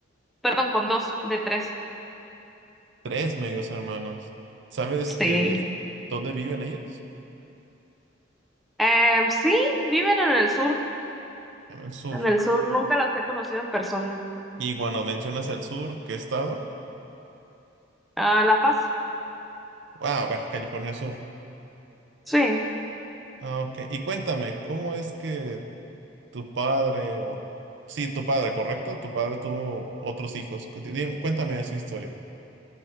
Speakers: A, in the centre; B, on the right.
A: Perdón, con dos de tres.
B: Tres medios hermanos. ¿Sabes
A: Sí.
B: eh, dónde viven ellos?
A: Em, sí, viven en el sur.
B: En el sur.
A: En el sur nunca las he conocido en persona.
B: Y cuando mencionas el sur, ¿qué estado?
A: Ah, La Paz.
B: Wow, Baja California Sur.
A: Sí.
B: Ah, ok. Y cuéntame, ¿cómo es que Tu padre, o... Sí, tu padre, ¿correcto? Tu padre tuvo otros hijos. Cu- dime, cuéntame esa historia.